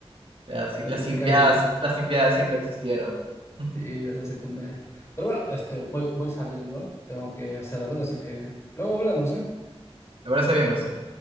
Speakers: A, on the right; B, on the left.
A: la si-
B: la
A: las
B: típica
A: simpiadas,
B: y, eh,
A: las simpiadas siempre existieron. <laughs> Me
B: sí, de esa secundaria. Pero bueno, este, voy, voy saliendo, tengo que hacer algo, así que luego hablamos, ¿eh?
A: parece bien, Marcelo.